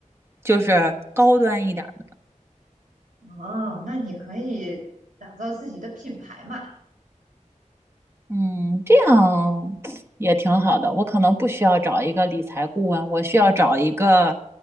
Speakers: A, on the right; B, on the right.
A: 就是高端一点儿的。
B: 哦，那你可以打造自己的品牌嘛。
A: 嗯，这样 <tsk> 也挺好的。我可能不需要找一个理财顾问，我需要找一个